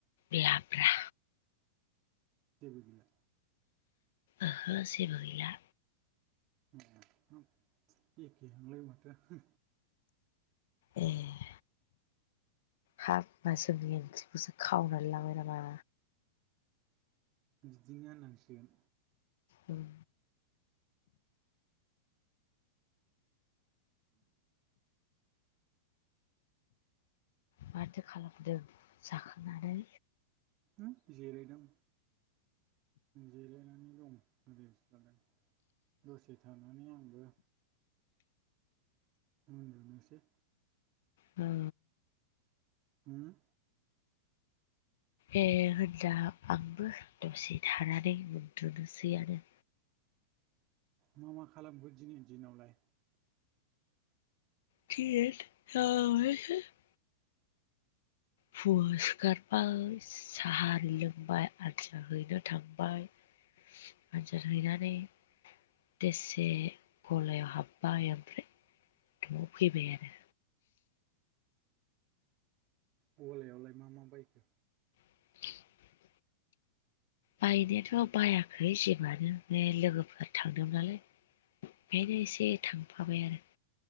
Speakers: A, on the left; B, on the right.
A: लाब्रा
B: जेबो गैया
A: ओहो जेबो गैला।
B: ए हाब एखे हांलाय माथो।
A: एह हाब जोंनि ओंख्रिखौसो खावनानै लांबाय नामा
B: बिदिनो होननांसिगोन
A: उम माथो खालामदों जाखांनानै?
B: होम जिरायदों जिरायनानै दं। रेस लादों दसे थानानै आंबो उनदुनोसै
A: औ
B: होम
A: ए होनबा आंबो दसे थानानै उन्दुनोसै आरो
B: नों मा खालामखो दिनैनि दिनावलाय?
A: गियो <unintelligible> फुंआव सिखारबाय साहा लोंबाय आथिया हैनो थांबाय।
B: <inaudible>
A: <unintelligible> हैनानै देसे गलायाव हाबबाय ओमफ्राय न'आव फैबाय आरो।
B: गलायाव लाय मा मा बायखो?
A: <inaudible> बायनायाथ' बायाखै जेबोआनो बे लोगोफोर थांदोंमोन नालाय बेहायनो एसे थांफाबाय आरो।